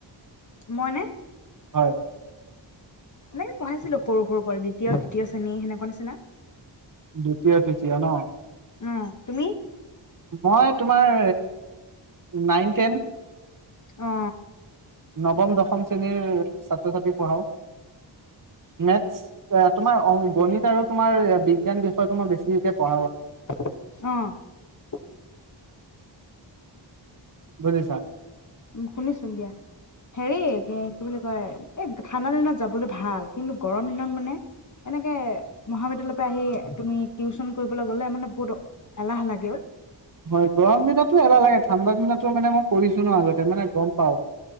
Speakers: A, on the left (about 40°); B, on the right (about 45°).
A: মইনে
B: হয়
A: এনেকে পঢ়াইছিলো সৰু সৰু পৰা দ্বিতীয় তৃতীয় শ্ৰেণী সেনেকুৱা নিচিনা
B: দ্বিতীয়তিতিিয় ন
A: উম তুমি
B: মই তোমাৰ নাইন টেন
A: অ
B: নৱম দশম শ্ৰেণীৰ ছাত্ৰ ছাত্ৰী পঢ়াও মেথছ তোমাৰ গণিত আৰু তোমাৰ বিজ্ঞান বিষয়টো মই বেছিকে পঢ়া
A: উম
B: বুজিছা
A: উ শুনিছোন দিয়া হেৰি কি বুলি কয় এই ঠাণ্ডা দিনত যাবলৈ ভাল কিন্তু গৰম দিনত মানে এনেকে মহাবিদ্যালয়ৰ পৰা আহি তুমি টিউচন কৰিবলৈ গলে মানে বহুত এলাহ লাগেও
B: হয় গৰম দিনো এলাহ লাগে ঠাণ্ডা দিনো মানে মই কৰিছো ন আগতে মানে গম পাও